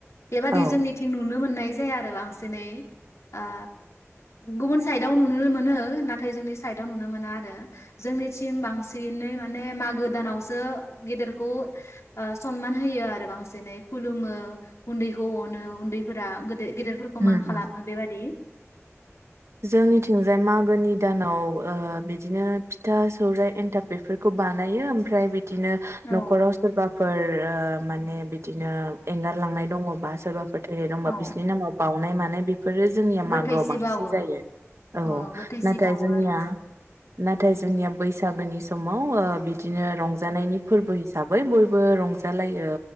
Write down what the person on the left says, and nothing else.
बेबादि
जोंनिथिं नुनो मोननाय जाया आरो बांसिनै ओ गुबुन साइदआव नुनो मोनो नाथाय जोंनि साइदआव नुनो मोना आरो जोंनिथिम बांसिनै मा ने मागो दानावसो गेदेरखौ सनमान होयो आरो बांसिनै खुलुमो उन्दैखौ अनो उन्दैफोरा गोदै गेदिरफोरखौ
मान खालामो
बेबादि।
औ
औ
गोथैसि
बावो
अ गोथैसि
बावो
आरो ना